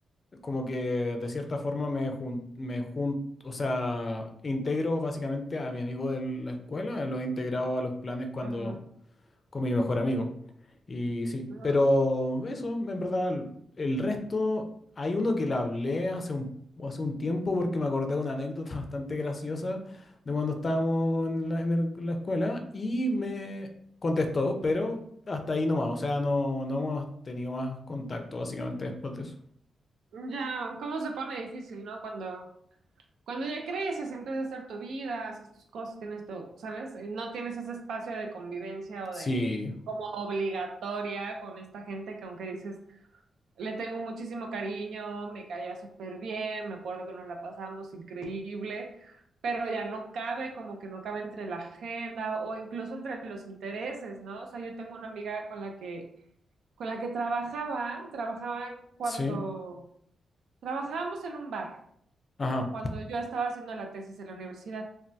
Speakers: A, on the left; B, on the right.
A: como que de cierta forma me jun- me jun- o sea, integro básicamente a mi amigo de la escuela, lo he integrado a los planes cuando
B: ajá,
A: con mi mejor amigo. Y sí,
B: ajá.
A: pero eso, en verdad, el resto, hay uno que le hablé hace un, hace un tiempo porque me acordé de una anécdota <laughs> bastante graciosa de cuando estábamos en la, en el- la escuela y me contestó, pero hasta ahí nomás, o sea, no, no hemos tenido más contacto básicamente después de eso.
B: Ya, ¿cómo se pone difícil, ¿no? Cuando, Cuando ya creces, empiezas a hacer tu vida, haces tus cosas, tienes tu, ¿sabes? Eh, No tienes ese espacio de convivencia o
A: Sí,
B: de como obligatoria con esta gente que aunque dices, le tengo muchísimo cariño, me caía súper bien, me acuerdo que nos la pasamos increíble, pero ya no cabe, como que no cabe entre la agenda o incluso entre los intereses, ¿no? O sea, yo tengo una amiga con la que, con la que trabajaba, trabajaba cuando
A: Sí,
B: trabajábamos en un bar
A: ajá,
B: cuando yo estaba haciendo la tesis en la universidad.